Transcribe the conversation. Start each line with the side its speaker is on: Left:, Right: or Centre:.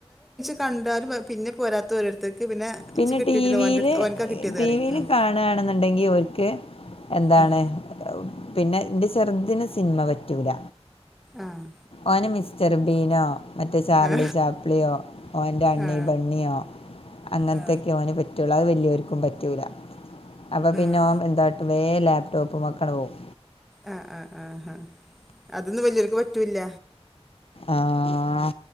Centre: കണ്ടാലും പിന്നെ പോരാത്ത രോരുത്തേക്ക് പിന്നെ
Left: പിന്നെ
Centre: ഇച്ച് കിട്ടിയിട്ടില്ല
Left: ടിവില്
Centre: ഓൻ്റെ അടുത്ത് ഓനക്കാ കിട്ടിയത്
Left: ടിവില്
Centre: അറിയും ഉം.
Left: കാണെണ് ന്നുണ്ടെങ്കി ഓര്ക്ക് എന്താണ്
Centre: ഉം.
Left: പിന്നെ ന്റെ ചെർതിന് സിനിമ പറ്റൂല.
Centre: ആഹ്
Left: ഓന് മിസ്റ്റർ ബീനോ മറ്റേ ചാർലി
Centre: ആ
Left: ചാപ്ലിയോ ഓന്റെ അണ്ണി
Centre: ആ
Left: ബണ്ണിയോ അങ്ങൻത്തൊക്കെ
Centre: ആ
Left: ഓന് പറ്റൊള്ളൂ അത് വലിയോര്ക്കും പറ്റൂല. അപ്പൊ പിന്നെ
Centre: ആ
Left: ഓം എന്താട്ട വേം ലാപ്ടോപ്പ്മ്മക്കാണ്ട് പോവും.
Centre: ആ ആ ആ ഹ അതൊന്നും വല്യോൽ ക്ക് പറ്റൂല്ല.
Left: ആഹ്